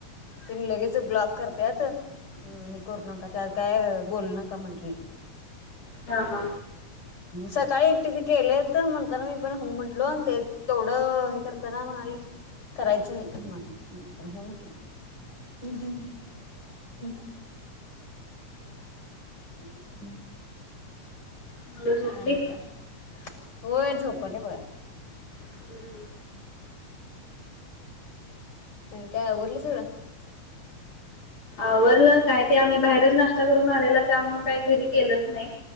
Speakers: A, on the left; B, on the left.
A: तीन लगेच ब्लॉक करतत हम्म हे करू नका त्यात काय बोल नका म्हंे
B: हा हा
A: सकाळी एकटीथ केले तर म्हणताना मी पण हो म्हटलो आणि ते तेवढं हे करत ना म्हणाले करायच तर होमटली ह ह <inaudible>
B: मुलं झोपली
A: आणि काय होय झोपले ब
B: हम्म, हम्म.
A: आणि काय आवरलं सगळं
B: आवरलं काय ते आम्ही बाहेरच नाश्ता करून आलेला त्यामु काही घरी केलंच नाही